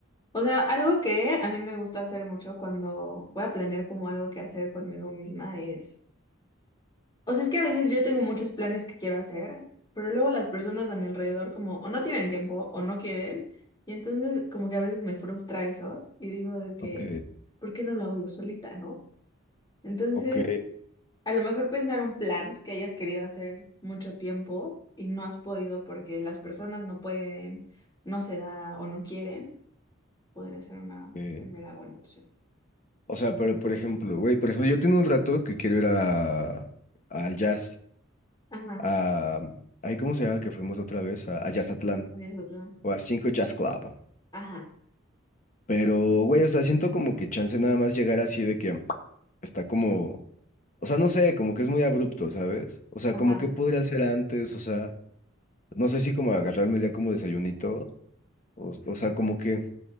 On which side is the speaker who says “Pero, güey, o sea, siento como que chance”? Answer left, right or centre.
Left